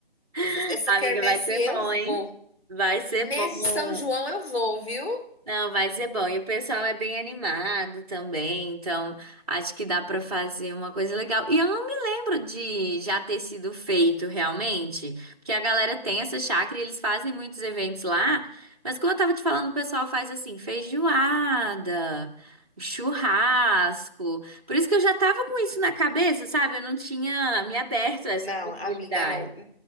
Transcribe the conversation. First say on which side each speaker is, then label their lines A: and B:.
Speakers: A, on the left; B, on the right.
A: Essa
B: <laughs>
A: essa
B: Amiga,
A: quermesse
B: vai ser
A: eu
B: bom, hein?
A: vou.
B: Vai ser
A: Nesse
B: bom.
A: São João eu vou, viu?
B: Não, vai ser bom. E o pessoal é bem animado também, então acho que dá pra fazer uma coisa legal. E eu não me lembro de já ter sido feito realmente, porque a galera tem essa chácara e eles fazem muitos eventos lá, mas como eu tava te falando, o pessoal faz assim, feijoada, churrasco. Por isso que eu já tava com isso na cabeça, sabe? Eu não tinha me aberto a essa
A: Não,
B: possibilidade.
A: amiga, não.